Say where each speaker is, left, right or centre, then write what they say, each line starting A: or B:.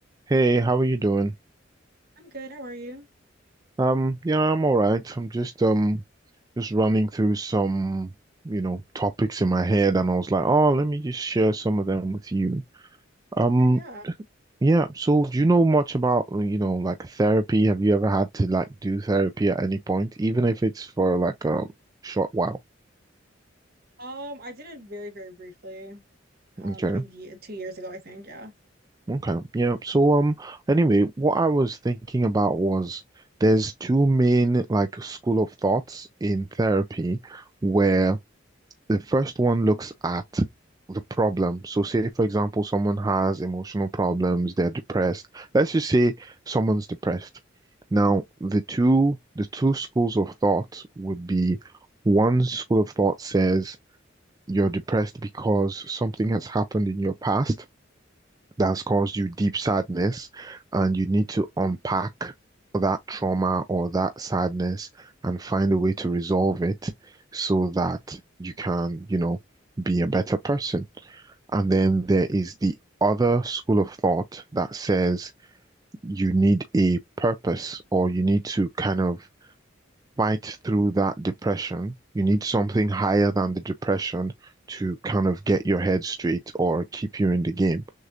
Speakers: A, on the right; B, on the right.
A: Hey, how are you doing?
B: I'm good. How are you?
A: Um, yeah, I'm all right. I'm just um just running through some, you know, topics in my head and I was like, "Oh, let me just share some of them with you." Um,
B: Okay, yeah.
A: yeah, so do you know much about, you know, like therapy? Have you ever had to like do therapy at any point, even if it's for like a short while?
B: Um, I did it very, very briefly. Um,
A: Okay.
B: like a year, two years ago, I think. Yeah.
A: Okay. Yeah. So um anyway, what I was thinking about was there's two main like school of thoughts in therapy where The first one looks at the problem. So, say, for example, someone has emotional problems, they're depressed. Let's just say someone's depressed. Now, the two the two schools of thought would be one school of thought says you're depressed because something has happened in your past, that has caused you deep sadness, and you need to unpack that trauma or that sadness and find a way to resolve it so that you can, you know, be a better person. And then there is the other school of thought that says you need a purpose or you need to kind of fight through that depression. You need something higher than the depression to kind of get your head straight or keep you in the game.